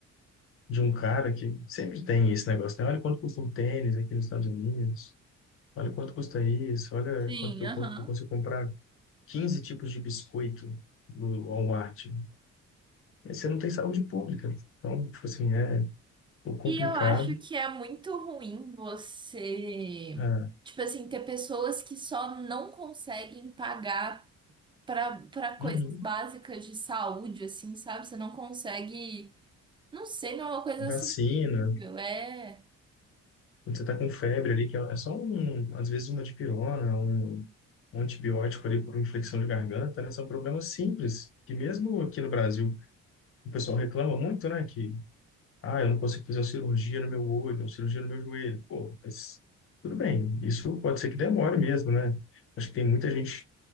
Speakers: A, on the left (about 45°); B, on the right (about 15°).
A: de um cara que sempre tem esse negócio, né? Olha quanto custa um tênis aqui nos Estados Unidos, olha quanto custa isso, olha
B: Sim,
A: quanto que eu,
B: aham.
A: co- eu consigo comprar 15 tipos de biscoito no Walmart. Aí você não tem saúde pública. Então, tipo assim, é um pouco complicado.
B: E eu acho que é muito ruim você,
A: Ah,
B: tipo assim, ter pessoas que só não conseguem pagar para para coisas
A: uhum.
B: básicas de saúde, assim, sabe? Você não consegue, não sei, não é uma coisa assim.
A: Vacina,
B: É.
A: quando você tá com febre ali, que é é só um, às vezes uma dipirona, um, um antibiótico ali por infecção de garganta, né? São problemas simples, que mesmo aqui no Brasil o pessoal reclama muito, né? Que Ah, eu não consigo fazer a cirurgia no meu olho, a cirurgia no meu joelho. Pô, mas tudo bem, isso pode ser que demore mesmo, né? Acho que tem muita gente